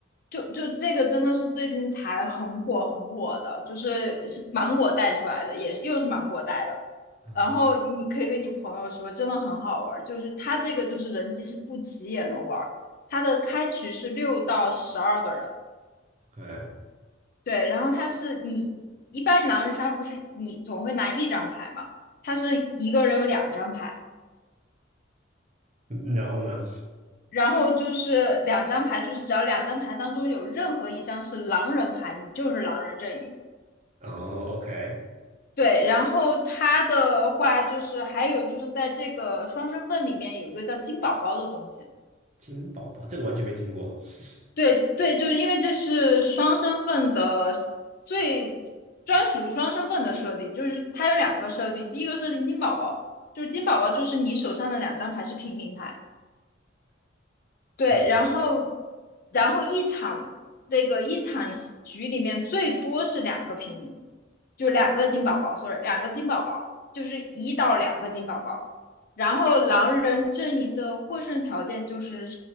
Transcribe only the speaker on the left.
就就这个真的是最近才很火很火的，就是是芒果带出来的，也是又是芒果带的。
然后你可以跟你朋友说，真的很好玩儿就是它这个就是人机是不齐也能玩儿，它的开局是六到十二个人，
对，然后它是你一般狼人杀不是你总会拿一张牌嘛，它是一个人有两张牌，
然后就是两张牌，就是只要两张牌当中有任何一张是狼人牌，你就是狼人阵营。
对，然后它的话就是还有就是在这个双身份里面有一个叫金宝宝的东西。
对对，就是因为这是双身份的最专属于双身份的设定，就是它有两个设定，第一个设定金宝宝，就是金宝宝就是你手上的两张牌是平民牌。对，
然后然后一场那个一场戏局里面最多是两个平民，就两个金宝宝，sorry，两个金宝宝，就是一到两个金宝宝。然后狼人阵营的获胜条件就是